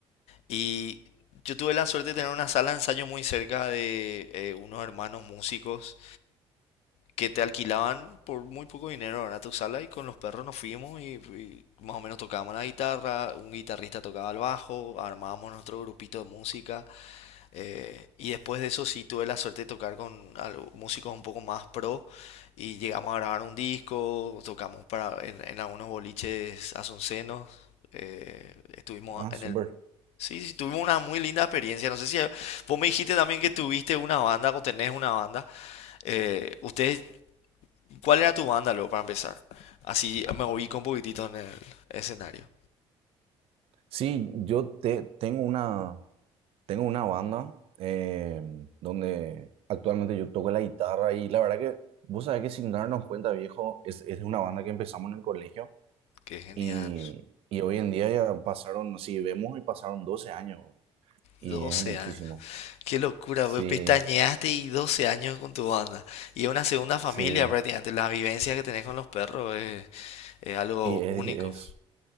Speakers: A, on the left (about 75°); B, on the right (about 60°).
A: Y yo tuve la suerte de tener una sala de ensayo muy cerca de eh, unos hermanos músicos que te alquilaban por muy poco dinero, ¿verdad? Tu sala y con los perros nos fuimos y, y más o menos tocábamos la guitarra, un guitarrista tocaba el bajo, armábamos nuestro grupito de música eh, y después de eso sí tuve la suerte de tocar con al- músicos un poco más pro y llegamos a grabar un disco, tocamos para en, en algunos boliches asuncenos, eh, estuvimos
B: ah,
A: en
B: súper.
A: el... Sí, sí, tuvimos una muy linda experiencia. No sé si vos me dijiste también que tuviste una banda o tenés una banda. Eh, ¿ustedes ¿Cuál era tu banda luego para empezar? Así me ubico un poquitito en el escenario.
B: Sí, yo te, tengo una. Tengo una banda eh, donde actualmente yo toco la guitarra y la verdad que vos sabés que sin darnos cuenta, viejo, es, es una banda que empezamos en el colegio
A: Qué genial.
B: y, y hoy en día ya pasaron, si vemos y pasaron 12 años y
A: 12
B: es muchísimo.
A: años. Qué locura,
B: Sí,
A: pues pestañeaste y 12 años con tu banda. Y es una segunda familia
B: sí.
A: prácticamente. La vivencia que tenés con los perros es, es algo
B: Y es,
A: único.
B: es,